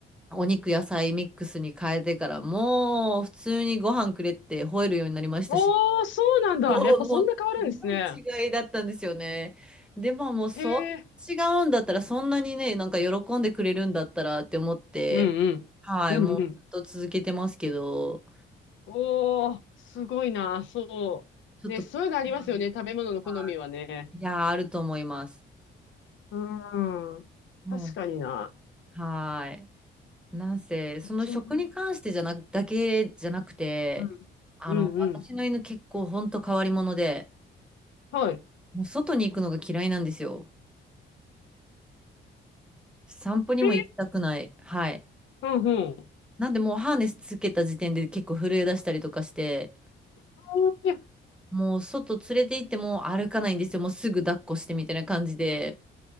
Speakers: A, in the centre; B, on the left.
A: お肉野菜ミックスに変えてからもう普通にご飯くれって吠えるようになりましたし。
B: おー、そうなんだ。
A: そう、
B: やっぱそんな変わるんですね。
A: もう、すごい違いだったんですよね。でももう、そう、
B: へえ。
A: 違うんだったら、そんなにね、なんか喜んでくれるんだったらって思って、
B: うんうん。
A: はい、
B: うんうん。
A: もうずっと続けてますけど、
B: おー、すごいな。そう。
A: ちょっと特殊なんですけど、
B: ね、そういうのありますよね。食べ物の好みはね。
A: はい。いやー、あると思います。
B: うん。
A: もう、
B: 確かにな。
A: はい。なんせ、その食に関してじゃなく、
B: うちも、
A: だけじゃなくて、
B: うん。
A: あの、
B: うんうん。
A: 私の犬結構ほんと変わり者で、
B: はい。
A: もう外に行くのが嫌いなんですよ。散歩にも行きたくない。
B: えー
A: はい。
B: うんうん。
A: なんでもうハーネスつけた時点で結構震え出したりとかして、
B: お
A: もう外連れて行っても歩かないんですよ。もうすぐ抱っこしてみたいな感じで。